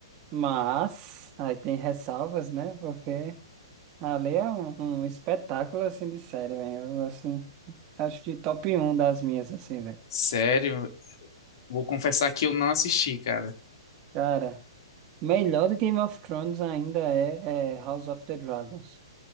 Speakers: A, on the right; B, on the left.
A: Mas aí tem ressalvas, né? Porque ali é um, um espetáculo assim de série, velho. Eu, Assim, acho de top um das minhas, assim, velho.
B: sério, vou confessar que eu não assisti, cara.
A: Cara, melhor do Game of Thrones ainda é, é House of the Dragons,